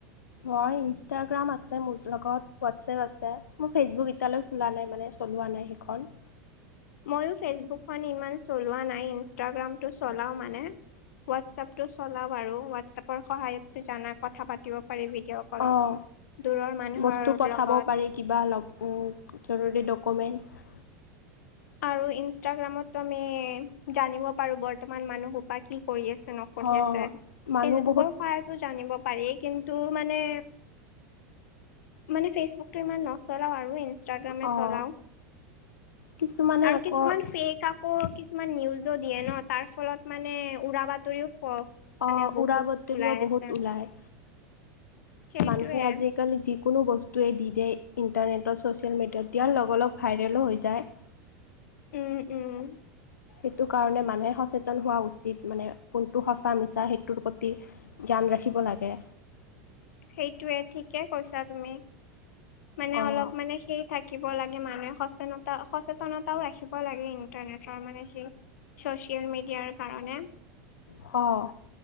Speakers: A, on the left; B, on the left.
A: মই ইনষ্টাগ্ৰাম আছ ছে মোৰ লগত হোৱাটছএপ আছে। মোৰ ফেচবুক এতিয়ালৈ খোলা নাই মানে, চলোৱা নাই সেইখন।
B: মইয়ো ফেচবুকখন ইমান চলোৱা নাই ইনষ্টাগ্ৰামটো চলাও মানে। হোৱাটছএপটো চলাওঁ আৰু হোৱাটছএপৰ সহায়তটো জানা কথা পাতিব পাৰি, ভিডিঅ' কলত।
A: অঁ,
B: দূৰৰ মানুহৰ
A: বস্তু পঠাব
B: লগত
A: পাৰি, কিবা লব উম জৰুৰী ডক কমেণ্টছ
B: আৰু ইনষ্টাগ্ৰামটো আমি জানিব পাৰো বৰ্তমান মানুহ সোপা কি কৰি আছে। ন পঠিয়াইছে,
A: অঁ
B: এই
A: মানুহ
B: ফেচবুকৰ
A: বহুত
B: সহায়ত জানিব পাৰি কিন্ত মানে মানে ফেচবুকটো ইমান নচলাওঁ আৰু ইনষ্টাগ্ৰামে
A: অ',
B: চলাওঁ।
A: কিছুমানে
B: আৰু
A: আকৌ
B: কিছুমান ফেক্‌ আপ অ কিছুমান নিউজো দিয়ে ন। তাৰ ফলত মানে উৰা বাতৰিও ফ
A: অঁ,
B: মানে বহুত
A: উৰাবাতৰিও
B: ওলাই
A: বহুত
B: আছে
A: ওলায়।
B: সেইটোয়ে
A: মানুহে আজি কালি যিকোনো বস্তুৱে দি দিয়ে। ইণ্টাৰনেটত ছ'চিয়েল মিডিয়াত দিয়াৰ লগে লগ ভাইৰেলো হৈ যায়।
B: উম, উম।
A: সেইটো কাৰণে মানুহে সচেতন হোৱা উচিত। মানে কোনটো সঁচা মিছা সেইটোৰ প্ৰতি। ধ্যান ৰাখিব লাগে।
B: সেইটোয়ে। ঠিকে কৈছা তুমি। মানে
A: অ',
B: অলপ মানে সেই থা কিব লাগে। মানুহে সচেনতা সচেতনতাও ৰাখিব লাগে। ইণ্টাৰনেটৰ মানে সি চচিয়েল মেডিয়াৰ কাৰণে
A: হঁ--অঁ।